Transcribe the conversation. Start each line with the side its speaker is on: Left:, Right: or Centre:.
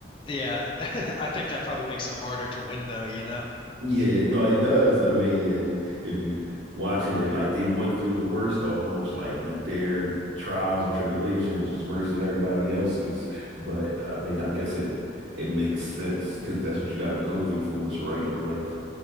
Left: Yeah. <laughs> I think that probably makes it harder to win though, you know?
Right: Yeah, no, it does. I mean, and if you watching it, like they went through the worst almost, like that their trials and tribulations was worse than everybody else's. But I mean, I guess it it makes sense because that's what you got to go through for what's right in life.